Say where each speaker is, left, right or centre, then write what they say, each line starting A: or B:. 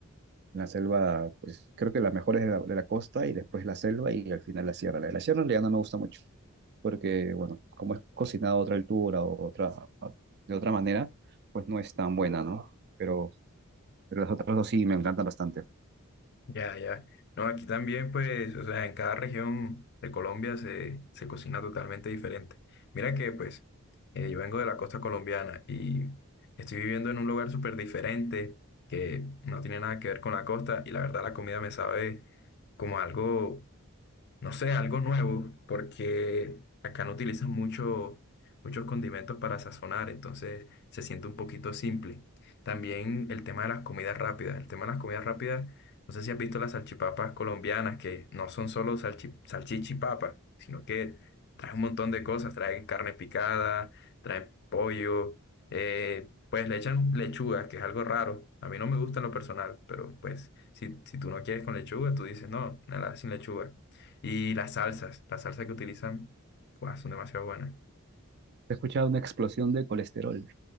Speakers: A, on the right; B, on the left.
A: La selva, pues creo que la mejor es de la, de la costa y después la selva y al final la sierra. La de la sierra en realidad no me gusta mucho, porque bueno, como es cocinada a otra altura o otra, a- de otra manera, pues no es tan buena, ¿no? Pero, pero las otras dos sí me encantan bastante.
B: Ya, ya. No, aquí también, pues, o sea, en cada región de Colombia se, se cocina totalmente diferente. Mira que, pues, eh, yo vengo de la costa colombiana y estoy viviendo en un lugar súper diferente que no tiene nada que ver con la costa y la verdad la comida me sabe como algo no sé, algo nuevo, porque acá no utilizan mucho, muchos condimentos para sazonar, entonces se siente un poquito simple. También el tema de las comidas rápidas. El tema de las comidas rápidas, no sé si has visto las salchipapas colombianas, que no son solo salchi, salchicha y papa, sino que traen un montón de cosas, traen carne picada, traen pollo, eh, pues le echan lechuga, que es algo raro. A mí no me gusta en lo personal, pero pues si, si tú no quieres con lechuga, tú dices, no, nada, sin lechuga. Y las salsas, las salsas que utilizan, guau, son demasiado buenas.
A: He escuchado una explosión de colesterol.